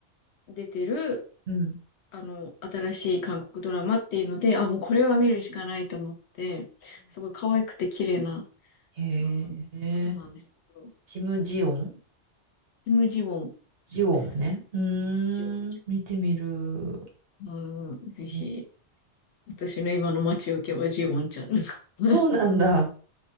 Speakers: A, on the left (about 70°); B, on the right (about 60°).
A: 出てる、
B: うん
A: あの、新しい韓国ドラマっていうので、あ、もうこれは見るしかないと思って、すごい可愛くて綺麗な、
B: へえ、
A: あの、方なんですけど、
B: キム・ジヨン
A: キム・ジウォン
B: ジヨンね。
A: です。
B: うーん、
A: ジウォンちゃ
B: 見てみる。
A: ん。うん、ぜひ、
B: へえ
A: 私の今の待ち受けはジウォンちゃんです。<laughs>
B: そうなんだ。